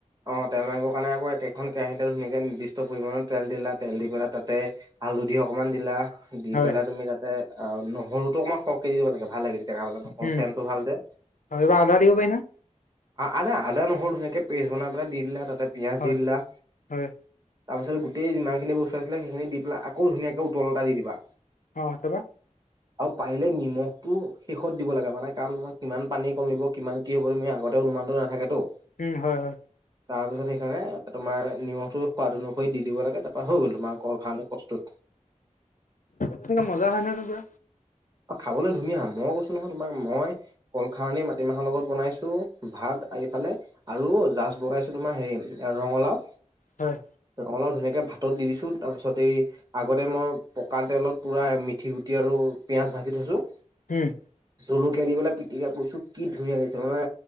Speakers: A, on the right (about 30°); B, on the left (about 85°).
A: অঁ তেল মাৰিবৰ কাৰণে আকৌ একেখন কেৰাহীতেল ধুনীয়াকৈ নিৰ্দিষ্ট পৰিমাণৰ তেল দিলা তেল দি পেলাই তাতে। হালধি অকমান দিলা দি
B: হয়
A: পেলাই তুমি তাতে অ নহৰুতটো অকমান সৰ দিব লাগে ভাল লাগে তেতিয়া খাব নহয়
B: উম
A: চেনটো ভাল যে।
B: এইবাৰ আদা দিব পাৰি নহয়
A: আদা আদা নহৰু ধুনীয়াকৈ পেষ্ট বনাই পেলাই দি দিলা তাতে পিঁয়াজ
B: হয়
A: দি দিলা৷
B: হয়
A: তাৰপাছত গোটেই যিমনখিনি বস্তু আছিলে সেইখিনি দি পেলাই আকৌ ধুনীয়াকে উতল এটা দি দিবা৷
B: অঁ অথবা
A: আৰু পাৰিলে নিমখটো শেষত দিব লাগে মানে কাৰণ ম কিমান পানী কমিব কিমান। কি হব তুমি আগতেও অনুমানটো নাথাকেতো।
B: উম হয় হয়।
A: তাৰপিছত সেইকাৰণে তোমাৰ নিমখটো সোৱাদ অনুসৰি দি দিব লাগে তাৰপৰা হৈ গ'ল তোমাৰ কল কাৰণে প্ৰস্তুত।
B: তেনেকে মজা হয় নহয় ত কা।
A: অ খাবলৈ ধুনীয়া মই কৈছো নহয় তোমাক মই কলখাৰনী মাটিমাহৰ লগত বনাইছোঁ ভাত এইফালে। আৰু জাষ্ট বনাইছো তোমাৰ হেৰি ৰঙালাও৷
B: হয়
A: ৰঙলাও ধুনীয়াকে ভাতত দি দিছো তাৰপিছত এই আগতে মই পকা তেলত পুৰা মিঠি গুটি আৰু পিঁয়াজ ভাজি থৈছোঁ৷
B: উম
A: জলকীয়া দি পেলাই পিটিকা কৰিছো কি ধুনীয়া লাগিছে মানে